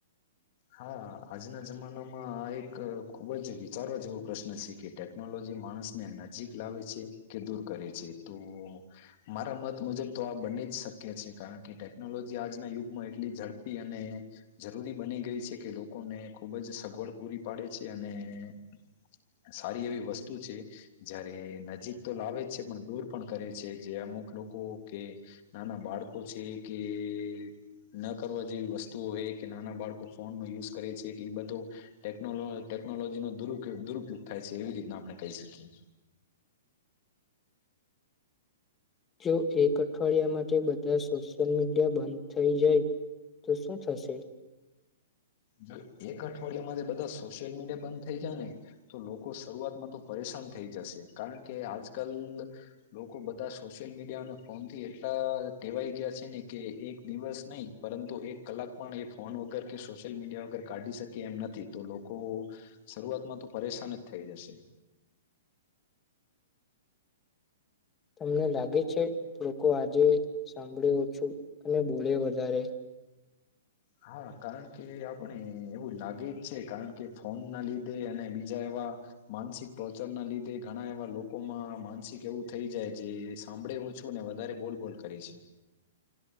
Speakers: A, on the left; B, on the left.
A: હા આજના જમાનામાં આ એક ખુબ જ વિચારવા જેવો પ્રશ્ન છે, કે ટેકનોલોજી માણસને નજીક લાવે છે કે દૂર કરે છે તો મારા મત મુજબ તો આ બંને જ શક્ય છે, કારણ કે ટેકનોલોજી આજના યુગ એટલી ઝડપી અને જરૂરી બની છે કે લોકોને ખૂબ જ સગવડ પૂરી પાડે છે, અને સારી એવી વસ્તુ છે જયારે નજીક તો લાવે છે પણ દૂર પણ કરે છે, જે અમુક લોકો કે નાના બાળકો છે કે ન કરવા જેવી વસ્તુઓ હો કે નાના બાળકો ફોન નો યુઝ કરે છે કે એ બધો ટેકનોલો ટેકનોલોજીનોોુ દુરુપયોગ થાય છે, એવી રીતના આપણે કહી શકીએ
B: જો એક અઠવાડિયા માટે બધા સોશિયલ મીડિયા બંધ થઈ જાય તો શું થશે?
A: જો એક અઠવાડિયામાંથી બધા સોશિયલ મીડિયા બંધ થઈ જાય ને તો લોકો શરૂઆતમાં તો પરેશાન થઈ જશે, કારણ કે આજ કલ લોકો બધા સોશિયલ મીડિયા અને ફોન થી એટલા કહેવાય ગયા છે, ને કે એક દિવસ નહી પરંતુ એક કલાક પણ એ ફોન વગર કે સો સોશિયલ મીડિયા વગર કાઢી શકે એમ નથી, તો લોકો શરૂઆતમાં તો પરેશાન જ થઈ જશે
B: તમને લાગે છે લોકો આજે સાંભળે ઓછું અને બોલે વધારે
A: હા કારણ કે આપણે એવું લાગે જ છે કારણ કે ફોન ના લીધે અને બીજા એવા માનસિક ટોર્ચર ના લીધે ઘણા એવા લોકોમાં માનસિક એવું થઈ જાય જે સાંભળે ઓછું વધારે બોલબોલ કરે છે.